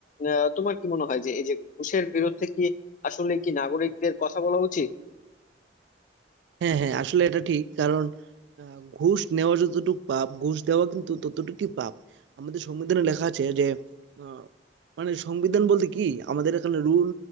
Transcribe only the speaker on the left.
আহ, তোমার কি মনে হয় যে এই যে ঘুষের বিরুদ্ধে কি আসলে কি নাগরিকদের কথা বলা উচিত